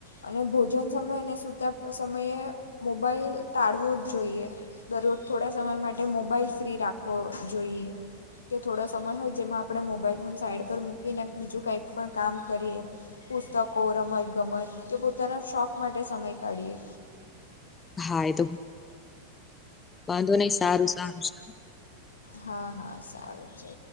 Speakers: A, on the left (about 70°); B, on the left (about 15°).
A: અને ભોજન સમય અને સૂતા સમયે મોબાઈલ ટાળવો જ જોઈએ. દરરોજ થોડા સમય માટે મોબાઈલ ફ્રી રાખવો જોઈએ. કે થોડો સમય હોય, જેમાં આપણે મોબાઈલ ફોન સાઈડ પર મૂકીને બીજું કંઈક પણ કામ કરીએ. પુસ્તકો, રમત ગમત તે પોતાના શોખ માટે સમય કાઢીએ.
B: હા, એ તો વાંધો નહી સારું સારું સારું.
A: હા હા સારું છે.